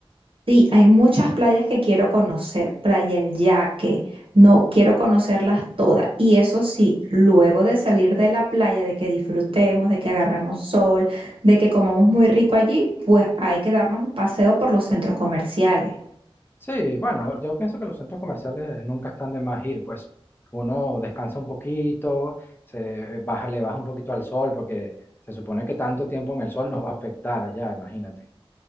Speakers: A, on the right (about 65°); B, on the left (about 20°).
A: Sí, hay muchas playas que quiero conocer, Playa El Yaque, no quiero conocerlas todas. Y eso sí, luego de salir de la playa, de que disfrutemos, de que agarremos sol, de que comamos muy rico allí, pues hay que darnos un paseo por los centros comerciales.
B: Sí, bueno, yo pienso que los centros comerciales nunca están de más ir, pues uno descansa un poquito, se baja, le baja un poquito al sol, porque se supone que tanto tiempo en el sol <laughs> no va a afectar allá, imagínate.